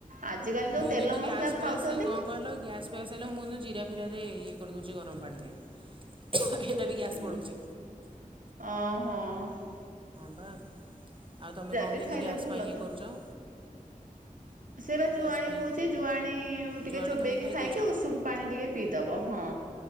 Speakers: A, on the right; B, on the right.
A: ଆଜିକାଲି ଯୋଉ
B: ମୁଁ
A: ତେଲ
B: କିନ୍ତୁ ଗ୍ୟାସ
A: ମସଲା ଖାଉଛନ୍ତି
B: ଫ୍ୟାସ କଣ କହିଲ ଗ୍ୟାସ ଫ୍ୟାସ ଲ ମୁଁ କିନ୍ତୁ ଜିରା ଫିରା ଇଏ କରିଦଉଚି ଗରମ ପାଣିରେ। ଏରା ବି ଗ୍ୟାସ୍
A: ହୁଁ,
B: ପଳଉଛି
A: ଆଁହଁ ଅ
B: ବା ଆଉ ତମେ କଣ
A: ବି
B: କେମିତି
A: ଖାଇଲେ
B: ଗ୍ୟାସ୍
A: ଭଲ
B: ପାଇଁ ଇଏ
A: ତ।
B: କରୁଛ?
A: ସେ ବା ଜୁଆଣୀ
B: ଗ୍ୟାସ୍ ପାଇଁ
A: କହୁଛି। ଜୁଆଣୀ ଟିକେ
B: ଜୁଆଣି
A: ଚୋବେଇକି
B: ତମେ ଖାଇଦଉଛ?
A: ଖାଇକି ଉଷୁମ ପାଣି ଟିକେ ପିଇଦବ। ହଁ